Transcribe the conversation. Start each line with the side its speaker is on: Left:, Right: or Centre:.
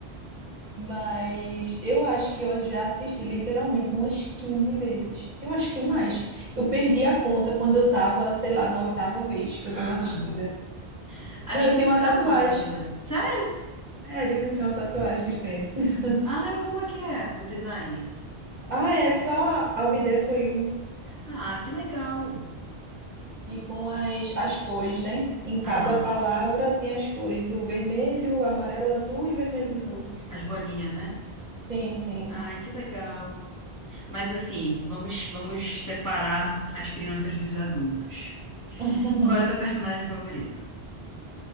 Right: Mas eu acho que eu já assisti literalmente umas quinze vezes. Eu acho que mais. Eu perdi a conta quando eu tava, sei lá, na oitava vez que eu
Left: <laughs>
Right: tava assistindo.
Left: Acho
Right: Não, Eu
Left: que
Right: tenho
Left: é
Right: uma
Left: canônico,
Right: tatuagem.
Left: né? Sério?
Right: Sério, eu tenho uma tatuagem de Friends. <laughs>
Left: Ai, como é que é o design?
Right: Ah, é só I'll Be There For You.
Left: Ah, que legal.
Right: e com as, as cores, né? Em cada
Left: Aham.
Right: palavra tem as cores, o vermelho, amarelo, azul e vermelho de novo.
Left: As bolinhas, né?
Right: Sim, sim.
Left: Ai, que legal. Mas assim, vamos, vamos separar as crianças dos adultos.
Right: <laughs>
Left: Qual é o teu personagem favorito?